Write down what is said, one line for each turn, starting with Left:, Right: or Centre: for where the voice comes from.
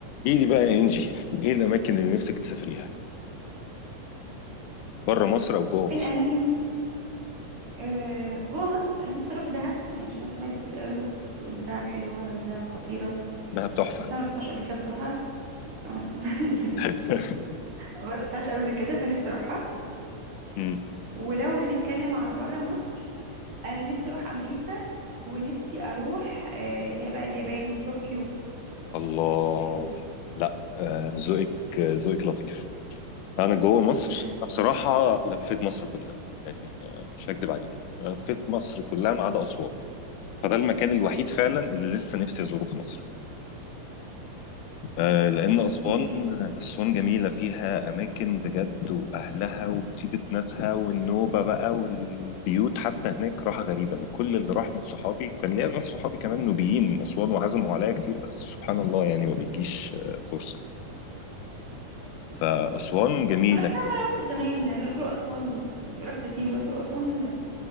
Left: ايه دي بقى يا انجي ايه الاماكن اللي نفسك تسافريها بره مصر او جوه
Right: الاماكن
Left: مصر
Right: آه، جوه مصر انا نفسي اروح دهب يعني عشان سمعت كتير قوي الناس بتقول دهب حلوه دهب خطيره
Left: دهب تحفه
Right: بس انا ما رحتهاش قبل كده بصراحه ما رحت- <laughs>
Left: <laughs>
Right: ما رحتهاش قبل كده فنفسي اروحها
Left: مم.
Right: ولو هنتكلم على بره مصر انا نفسي اروح امريكا ونفسي اروح آه، اللي هي بقى اليابان وطوكيو
Left: الله
Right: الحتت دي
Left: لا آه، ذوقك آه، ذوقك لطيف انا جوه مصر
Right: <laughs>
Left: انا بصراحه لفيت مصر كلها يعني آه، مش هكدب عليك لفيت مصر كلها ما عدا اسوان فده المكان الوحيد فعلا اللي لسه نفسي ازوره في مصر آه، لأن
Right: اوكي
Left: أسوان أسوان جميلة فيها أماكن بجد وأهلها وطيبة ناسها والنوبة بقى والبيوت حتى هناك راحة غريبة أنا كل اللي راح من صحابي كان ليا ناس صحابي كمان نوبيين من أسوان وعزموا عليا كتير بس سبحان الله يعني ما بيجيش آه، فرصة فأسوان جميلة
Right: انا رحتها مره واحده زمان الاقصر واسوان رحت الاثنين الاقصر واسوان